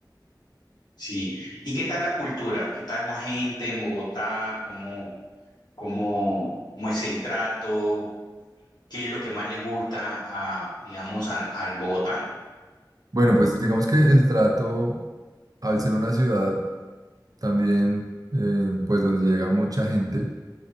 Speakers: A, on the left; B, on the right.
A: Sí. ¿Y qué tal la cultura? ¿Qué tal la gente en Bogotá? ¿Cómo, cómo, cómo es el trato? ¿Qué es lo que más le gusta a, digamos, al, al bogotano?
B: Bueno, pues digamos que el trato, al ser una ciudad también, eh, pues donde llega mucha gente